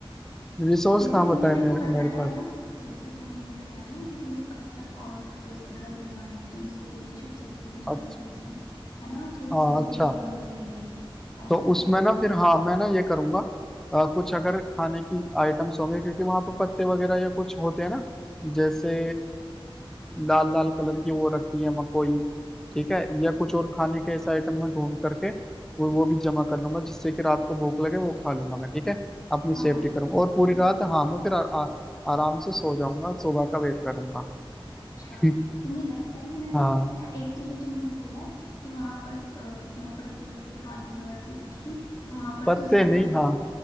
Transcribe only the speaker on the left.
जैसे
तुमने
मेरे
को बताया
है ना जैसे तुमने अभी बताया ना कि तुमने पत्थर और पत्तों से घर बना लिए तुम उसके अंदर छुप सकते हो जानवरों
से है ना और
थोड़ी सर्दी
भी कम लगेगी और
ऐसे
हाँ
ये-
अच्छा
तुम्हें लगता है इतना
इजी होता है एक तो जो तुमने बोला है कि वहां पर अ, मैं पत्ते वत्ते खा लूंगा या फिर कुछ भी तो वहां पर
तो जह,
इस-